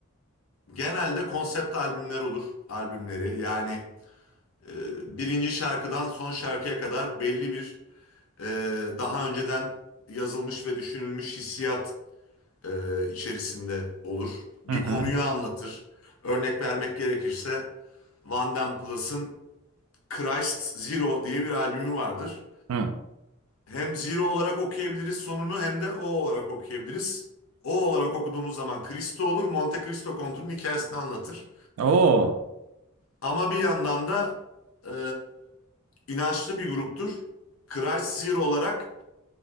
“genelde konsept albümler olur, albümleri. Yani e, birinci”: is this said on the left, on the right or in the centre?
Left